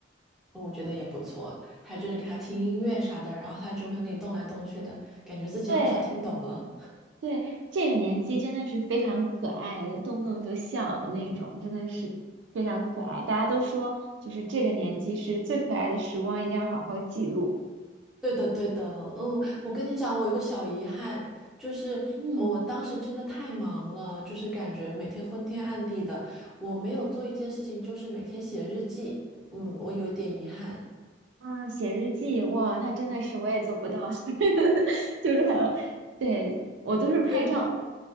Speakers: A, in the centre; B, on the right (about 75°).
A: 我觉得也不错。还有就是给他听音乐啥的，然后他就会那里动来动去的，感觉自己好像听懂了。
B: 对对，这个年纪真的是非常可爱的，动不动就笑的那种，真的是非常可爱。大家都说，就是这个年纪是最可爱的时光，一定要好好记录。
A: 对的，对的，嗯，我跟你讲，我有一个小遗憾，就是我当时真的太忙了，
B: 嗯。
A: 就是感觉每天昏天暗地的，我没有做一件事情，就是每天写日记，嗯，我有一点遗憾。
B: 啊，写日记，哇，那真的是我也做不到，<laughs> 就是还有，对，我都是拍照。
A: 对。